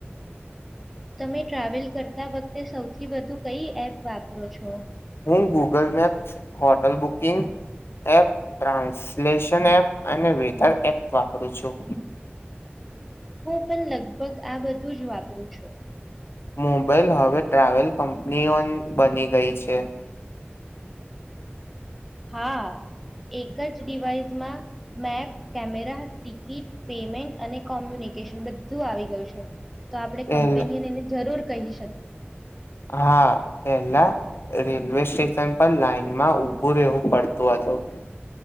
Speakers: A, in the centre; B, on the left (about 70°).
A: તમે ટ્રાવેલ કરતા વખતે સૌથી વધુ કઈ એપ વાપરો છો
B: હું Google maps, hotel booking app, translation app અને વેધર એપ વાપરું છું
A: હું પણ લગભગ આ બધું જ વાપરું છું
B: મોબાઈલ હવે ટ્રાવેલ કંપનીઓ બની ગઈ છે
A: હા એક જ ડિવાઈસમાં મેપ, કેમેરા, ટિકિટ, પેમેન્ટ અને કોમ્યુનિકેશન બધું આવી ગયું છે તો આપડે
B: પહેલા
A: કંપનીએને એને જરૂર કહી શકીએ
B: હા પેલા રેલવે સ્ટેશન પર લાઈનમાં ઊભું રહેવું પડતું હતું